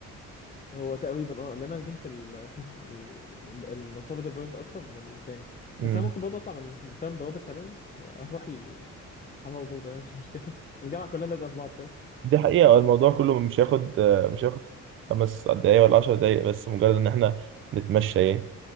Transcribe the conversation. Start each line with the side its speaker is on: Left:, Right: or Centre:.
Left: هو تقريبا اه لان انا جهت ال <laughs> ال- المنصوبه دي بوينت اكتر من التاني
Right: امم
Left: بس انا ممكن برضه اطلع من <laughs> فاهم بوابه علوم واروح ل- حماوة <laughs> برضه يعني مش مشكله <laughs> الجامعه كلها لازقه في بعض فاهم
Right: دي حقيقه الموضوع كله مش هياخد آه، مش هياخد خمس دقايق ولا عشر دقايق بس مجرد ان احنا نتمشى يعني